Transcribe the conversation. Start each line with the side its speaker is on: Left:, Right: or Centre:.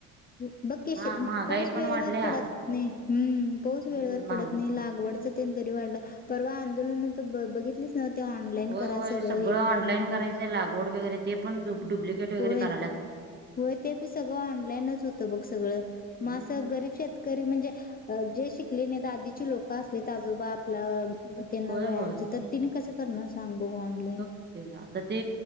Left: व बघ की
Right: हा
Left: शेम
Right: महागाई
Left: पाऊस वेळेवर
Right: पण वाढल्या
Left: पडत नाही हम्म पाऊस
Right: हम्म
Left: वेळेवर
Right: महाग
Left: पडत नाही लागवडच तेन तरी वाढलं परवा आंदोलन त ब बघितलीस ना ते ऑनलाईन
Right: होय
Left: करा
Right: होय सगळं
Left: हे
Right: ऑनलाईन
Left: करा म्हणून
Right: करायचंय लागवड वगैरे ते पण डूब डुब्लिकेट वगैरे
Left: होय
Right: करायल्यात.
Left: होय ते बी सगळं ऑनलाईनच होतं बघ सगळ मग
Right: हम्म
Left: असं गरीब शेतकरी म्हणजे जे शिक ले नाहीत आधीचे लोकं असलीत आजोबा आपला तेन
Right: होय
Left: वयांचे
Right: होय
Left: तर तिनी कसं करणार सांग? बघू ऑनलाईन
Right: <unintelligible> आता ते